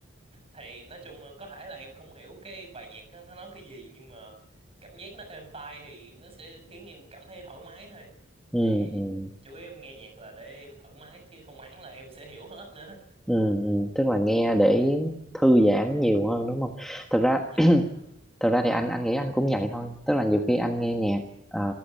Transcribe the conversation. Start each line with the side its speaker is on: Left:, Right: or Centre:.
Right: thì nói chung là có thể là em không hiểu cái bài nhạc á, nó nói cái gì nhưng mà cảm giác nó êm tai thì nó sẽ khiến em cảm thấy thoải mái thôi
Centre: ừ
Right: thì
Centre: ừ
Right: chủ yếu em nghe nhạc là để em thoải mái chứ không hẳn là em sẽ hiểu hết nữa
Centre: ừ ừ. tức là nghe để thư giãn nhiều hơn đúng không thực ra
Right: dạ đúng rồi
Centre: thực ra thì anh anh nghĩ anh cũng vậy thôi tức là nhiều khi anh nghe nhạc ờ,